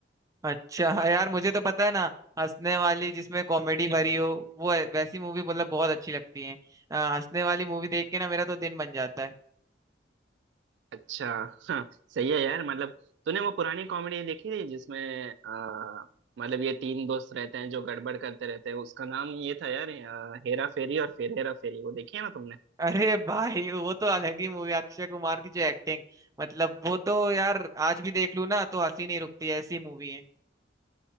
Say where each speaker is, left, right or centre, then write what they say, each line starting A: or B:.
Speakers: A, on the right; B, on the right.
A: अच्छा हाँ यार मुझे तो पता है ना हंसने वाली जिसमें कॉमेडी भरी हो वो है- वैसी मूवी मतलब बहुत अच्छी लगती है अ, हंसने वाली मूवी देख के ना मेरा तो दिन बन जाता है
B: अच्छा हाँ, सही है यार मतलब तूने वो पुरानी कॉमेडी देखी थी जिसमें आ, मतलब ये तीन दोस्त रहते हैं जो गड़बड़ करते रहते हैं उसका नाम ये था यार अ, हेरा फेरी और फिर हेरा फेरी वो देखी है ना तुमने
A: अरे भाई वो तो अलग ही मूवी अक्षय कुमार की जो एक्टिंग मतलब वो तो यार आज भी देख लूँ ना तो हंसी नहीं रुकती ऐसी मूवी है